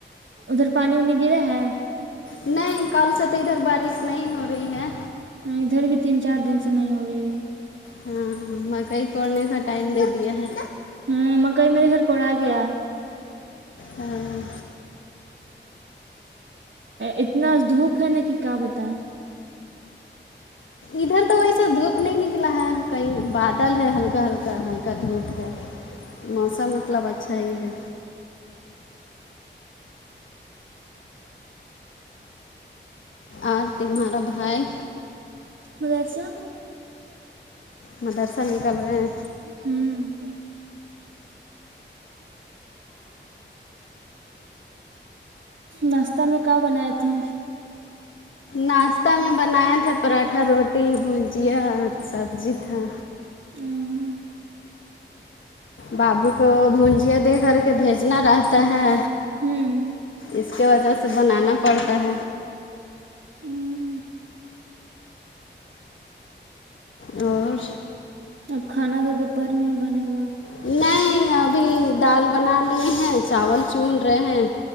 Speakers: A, on the right; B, on the left.
A: ادھر پانی وانی گا ہے
B: نہیں کل سے تو ادھر بارش نہیں ہو رہی ہے
A: ادھر بھی تین چار دن سے نہیں ہو رہی ہے
B: ہاں مکئی کوڑنے کا ٹائم دے دیا ہے
A: ہوں مکئی میرے گھر کو آ گیا
B: ہاں
A: اتنا دھوپ ہے نا کہ کیا بتایا
B: ادھر تو ویسا دھوپ نہیں نکلا ہے کہیں بادل ہے ہلکا ہلکا ہلکا کا دھوپ ہے موسم مطلب اچھا ہی ہے اور تمہارا بھائی
A: وغیر سے
B: مدرسہ نکل رہے ہیں
A: ہوں ناشتہ میں کہ بناائے تھے
B: ناشتہ میں بنایا تھا پراٹھا روٹی بھجیا اور سبزی تھا
A: ہوں
B: بابو کو گھونجیا دے کر کے بھیجنا رہتا ہے
A: ہوں
B: اس کی وجہ سے بنانا پڑتا ہے
A: ہوں
B: اور
A: اب کھانا تو دوپہر میں ہی بنے گا
B: نہیں ابھی دال بنا لیے ہیں چاول چن رہے ہیں